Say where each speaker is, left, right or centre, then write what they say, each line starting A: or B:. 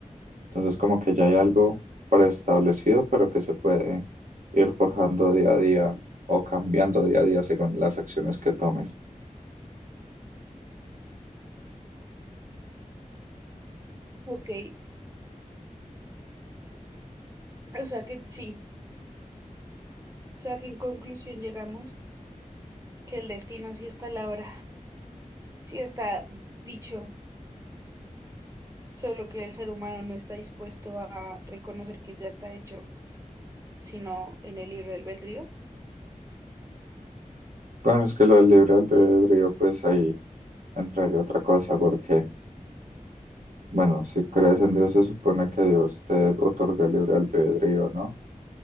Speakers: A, on the right (about 65°); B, on the right (about 20°).
A: Entonces como que ya hay algo preestablecido, pero que se puede ir forjando día a día o cambiando día a día según las acciones que tomes.
B: Ok. O sea que sí. O sea que en conclusión llegamos que el destino sí está a la hora, sí está dicho, solo que el ser humano no está dispuesto a reconocer que ya está hecho. sino en el libre albedrío.
A: Bueno, es que lo del libre albedrío, pues ahí entraría otra cosa, porque, bueno, si crees en Dios se supone que Dios te otorga el libre albedrío, ¿no?